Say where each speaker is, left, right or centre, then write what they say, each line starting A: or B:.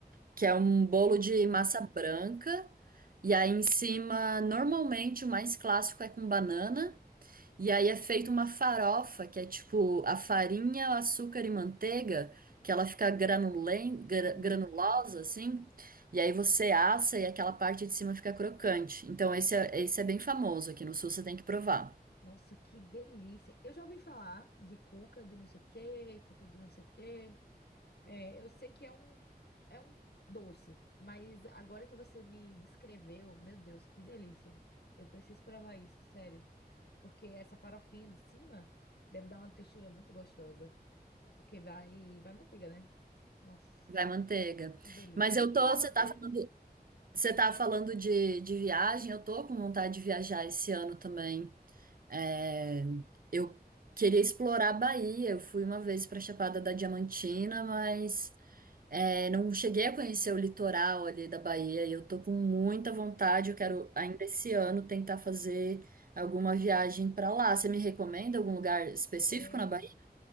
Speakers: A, on the right; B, on the left.
A: que é um bolo de
B: Sim.
A: massa branca. E aí em cima, normalmente o mais clássico é com banana. E aí é feita uma farofa, que é tipo a farinha, o açúcar e manteiga, que ela fica granulen, gra-
B: Uhum.
A: granulosa, assim. E aí você assa e aquela parte de cima fica crocante. Então esse é, esse é bem famoso aqui no Sul, você tem que provar.
B: Nossa, que delícia! Eu já ouvi falar de cuca de não sei o quê, cuca de não sei o quê. É, eu sei que é um, é um doce, mas agora que você me descreveu, meu Deus, que delícia! Eu preciso provar isso, sério. Porque essa farofinha de cima deve dar uma textura muito gostosa. Porque vai, vai manteiga, né? Nossa,
A: Vai manteiga.
B: que delícia.
A: Mas eu
B: O que
A: tô,
B: vai
A: você
B: manteiga?
A: tá falando, você tá falando de, de viagem, eu tô com vontade de viajar esse ano também. É, eu queria explorar a Bahia, eu fui uma vez pra Chapada da Diamantina, mas. É, não cheguei a conhecer o litoral ali da Bahia e eu tô com muita vontade.
B: Hum,
A: Eu quero ainda esse ano tentar fazer alguma viagem para lá. Você me recomenda algum lugar específico
B: Sério.
A: na Bahia?